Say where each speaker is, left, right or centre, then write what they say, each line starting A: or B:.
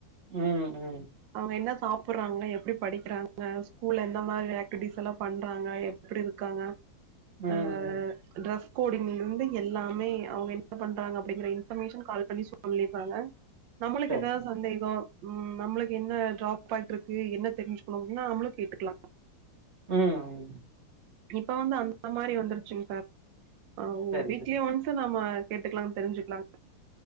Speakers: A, on the right; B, on the right.
A: ம் ம்
B: அவுங்க என்ன சாப்டுறாங்க எப்டி படிக்கிறாங்க ஸ்கூல்ல எந்த மாரி ஆக்டிவிட்டிஸ் எல்லா பண்றாங்க எப்படி இருக்காங்க
A: ம்
B: ஆ
A: ம்
B: ட்ரெஸ் கோடிங்ல இருந்து எல்லாமே அவங்க என்ன பண்றாங்க அப்டிங்கிற இன்பர்மேஷன் கால் பண்ணி சொல்லிர்றாங்க நம்மளுக்கு
A: சரி
B: ஏதாவது சந்தேகோ ம் நம்மளுக்கு என்ன ட்ரா பேக் இருக்கு என்ன தெரிஞ்சுக்கணு அப்டின்னா நம்ளு கேட்டுக்கலா
A: ம் ம்
B: இப்ப வந்து அந்த மாரி வந்துருச்சுங்க சார் ஆ
A: சரி
B: வீக்லி
A: சரி
B: ஒன்ஸ் நம்ம கேட்டுக்கலா தெரிஞ்சுக்கலா